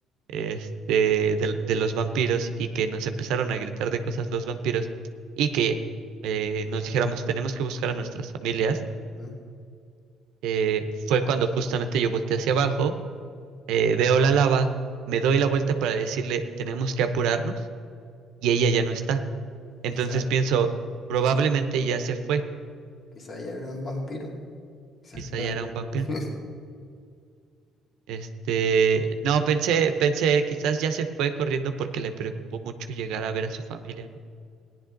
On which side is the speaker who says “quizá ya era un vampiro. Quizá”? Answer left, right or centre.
Left